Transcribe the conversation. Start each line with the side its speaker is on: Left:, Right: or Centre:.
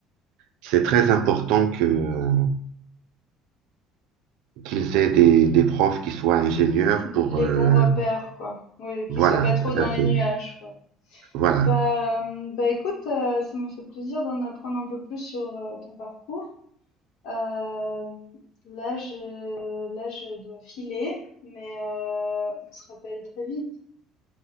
Right: c'est très important que euh, qu'ils aient des, des profs qui soient ingénieurs
Left: D-
Right: pour
Left: Les
Right: euh,
Left: bons repères, quoi. Oui, qu'ils
Right: voilà,
Left: soient pas trop
Right: tout
Left: dans
Right: à
Left: les
Right: fait.
Left: nuages, quoi.
Right: Voilà.
Left: Bah, euh, bah écoute, euh, ça me fait plaisir d'en apprendre un peu plus sur euh, ton parcours. Euh, là, je, là, je dois filer, mais euh, on se rappelle très vite.